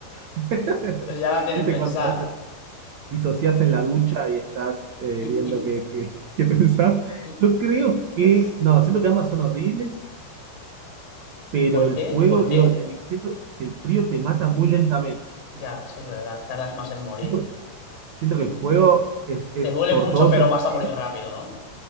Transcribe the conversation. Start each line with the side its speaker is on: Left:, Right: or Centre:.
Right: <laughs>
Left: Pues ya la tienes
Right: ¿Viste
Left: pensada.
Right: cuando a veces disociás en la ducha y estás eh,
Left: Y,
Right: viendo
Left: y,
Right: qué, qué- qué pensás?
Left: y,
Right: Yo creo que,
Left: uf.
Right: no, siento que ambas son horribles, pero
Left: ¿Y por
Right: el
Left: qué?
Right: fuego,
Left: ¿Y por qué?
Right: digo, el- siento que el frío te mata muy lentamente.
Left: Ya, eso es verdad, tardas más en morir.
Right: Siento, siento que el fuego es, es
Left: Te duele
Right: tortuoso,
Left: mucho, pero
Right: es
Left: vas
Right: horrible,
Left: a morir rápido, ¿no?